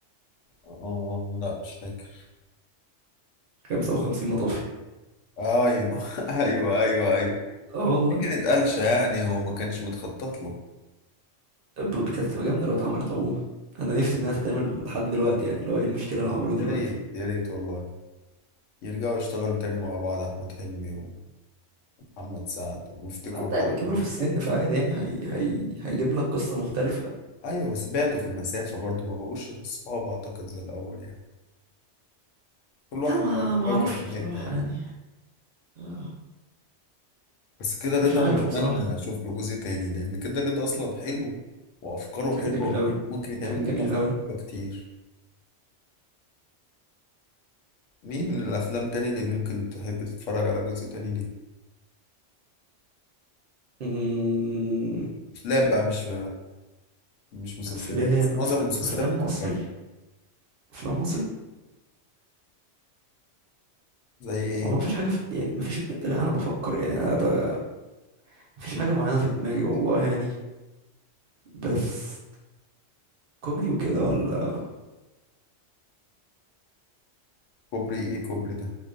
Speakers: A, on the left; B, on the right.
A: اه لا مش فاكر
B: 55 مطافي
A: ايوه <laughs> ايوه ايوه ايوه
B: اه والله
A: دي كانت قلشة يعني وما كانش متخطط له
B: ب- ب- كانت تبقى جامدة لو اتعملت عموما انا نفسي انها تتعمل لحد دلوقتي يعني اللي هو ايه المشكلة لو عملوه دلوقتي
A: يا ريت يا ريت والله يرجعوا يشتغلوا تاني مع بعض احمد حلمي ومحمد سعد ويفتكروا
B: حتى
A: بعض
B: يبقى كبروا
A: كده بس
B: في السن
A: اعتقد
B: فعادي يعني هي... هي... هيجيب لك قصة مختلفة
A: ايوه بس بعدوا في المسافة برضو ما بقوش صحاب اعتقد زي الاول يعني كل واحد
B: لا ما
A: بقى
B: ما
A: كوكب
B: اعرفش
A: في
B: بصراحة
A: حتة يعني
B: يعني آه،
A: بس كده رضا
B: مش عارف
A: نتمنى
B: بصراحة
A: اشوف له جزء تاني لان كده رضا اصلا حلو وافكاره
B: كان
A: حلوه
B: جميل قوي
A: ممكن يتعمل
B: كان جميل
A: منه افكار
B: قوي
A: حلوه كتير مين من الافلام تاني اللي ممكن تحب تتفرج على جزء تاني ليه
B: أمم،
A: افلام بقى مش مش مسلسلات
B: افلام
A: بس معظم
B: افلام
A: المسلسلات
B: افلام
A: بتتكرر
B: مصري افلام مصري
A: زي ايه
B: والله مفيش حاجة في... يعني مفيش حاجة لا أنا بفكر يعني أنا ده... مفيش حاجة معينة في دماغي والله يعني بس كوميدي وكده ولا
A: كوبري ايه كوبري ده